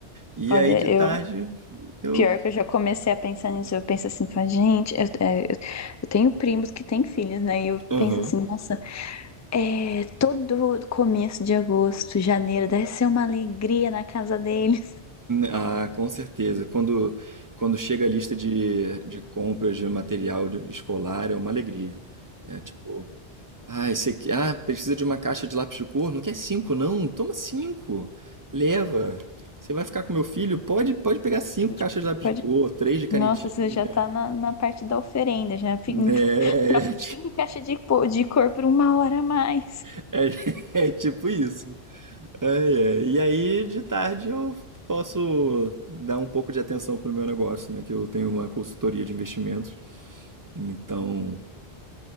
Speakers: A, on the right (about 25°); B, on the left (about 30°).
A: E
B: Olha,
A: aí de
B: eu,
A: tarde eu,
B: pior que eu já comecei a pensar nisso, eu penso assim, falo, gente, eu, é, eu- eu tenho primos que têm filhos, né? E eu
A: aham,
B: penso assim, nossa, é, todo começo de agosto, janeiro, deve ser uma alegria na casa deles.
A: ah, com certeza. Quando quando chega a lista de, de compras de material de- escolar é uma alegria. É tipo Ah, esse aqui. Ah, precisa de uma caixa de lápis de cor? Não quer cinco, não? Toma cinco. Leva. Você vai ficar com meu filho? Pode, pode pegar cinco
B: Pode-
A: caixas de lápis
B: pode-
A: de cor, três de canetinha.
B: Nossa, você já tá na, na parte da oferenda, já fica
A: É,
B: troco cinco caixas de, de cor por uma hora a mais.
A: <laughs> é, é tipo isso. Ai, ai. E aí, de tarde, eu posso dar um pouco de atenção pro meu negócio, né? Que eu tenho uma consultoria de investimentos. Então,